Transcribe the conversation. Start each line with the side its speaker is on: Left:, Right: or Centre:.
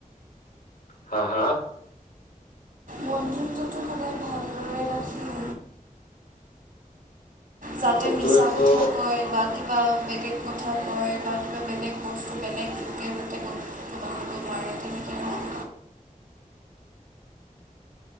Left: হা হা?
Right: বন্ধুত্বটো সদায় ভালদৰে ৰাখিম যাতে
Left: সেইটোৱেতো
Right: মিছা কথা কয় বা কি বা বেলেগ কথা কয় বা কিবা বেলেগ বস্তু বেলেগ লোকে যাতে বন্ধুত্বটো বাঢ়িব নোৱাৰে তেনেকৈ ৰাখিম